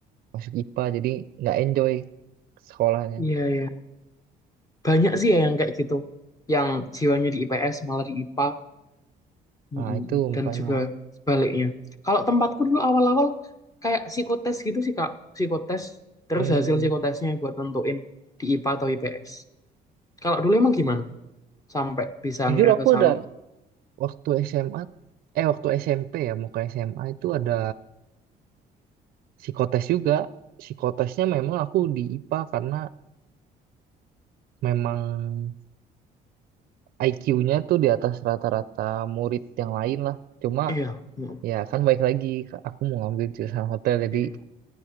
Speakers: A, on the right; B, on the left.
A: masuk IPA jadi nggak enjoy sekolahnya
B: iya iya banyak sih ya yang kayak gitu yang jiwanya di IPS malah di IPA Mm-mm.
A: ah itu
B: dan
A: makanya
B: juga sebaliknya kalau tempatku dulu awal-awal kayak psikotes gitu sih Kak psikotes terus
A: hmm,
B: hasil psikotesnya buat nentuin di IPA atau IPS kalau dulu emang gimana sampai bisa
A: jujur
B: ngerasa
A: aku
B: salah.
A: ada waktu SMA eh waktu SMP ya mau ke SMA itu ada psikotes juga psikotesnya memang aku di IPA karena memang IQ-nya tuh di atas rata-rata murid yang lain lah cuma
B: Iya. mm,
A: Ya kan baik lagi aku mau ngambil jurusan hotel
B: iya,
A: jadi
B: iya.